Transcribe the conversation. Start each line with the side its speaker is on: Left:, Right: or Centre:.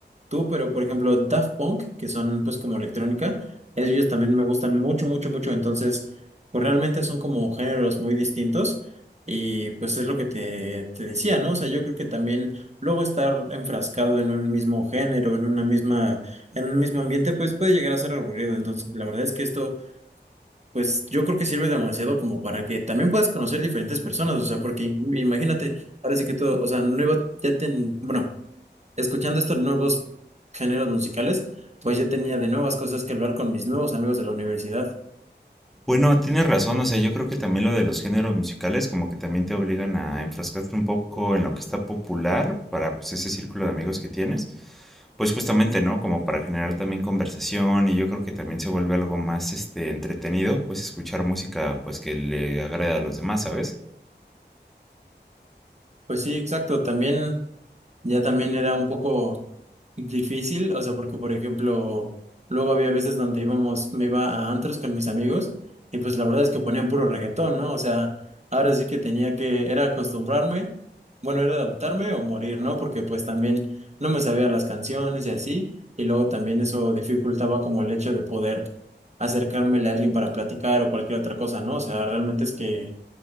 Right: tú, pero por ejemplo Daft Punk, que son pues como electrónica, ellos también me gustan mucho, mucho, mucho, entonces pues realmente son como géneros muy distintos y pues es lo que te, te decía, ¿no? O sea, yo creo que también luego estar enfrascado en un mismo género, en una misma, en un mismo ambiente, pues puede llegar a ser aburrido, entonces la verdad es que esto pues yo creo que sirve demasiado como para que también puedas conocer diferentes personas, o sea, porque imagínate, ahora sí que todo, o sea, no iba, ya ten, bueno escuchando estos nuevos géneros musicales, pues ya tenía de nuevas cosas que hablar con mis nuevos amigos de la universidad.
Centre: Bueno, tienes razón, o sea, yo creo que también lo de los géneros musicales como que también te obligan a enfrascarte un poco en lo que está popular para pues ese círculo de amigos que tienes, pues justamente, ¿no? Como para generar también conversación y yo creo que también se vuelve algo más este entretenido, pues escuchar música pues que le agrade a los demás, ¿sabes?
Right: Pues sí, exacto. También ya también era un poco difícil, o sea, porque por ejemplo, luego había veces donde íbamos, me iba a antros con mis amigos y pues la verdad es que ponían puro reggaetón, ¿no? O sea, ahora sí que tenía que, era acostumbrarme, bueno, era adaptarme o morir, ¿no? Porque pues también no me sabía las canciones y así, y luego también eso dificultaba como el hecho de poder acercármele a alguien para platicar o cualquier otra cosa, ¿no? O sea, realmente es que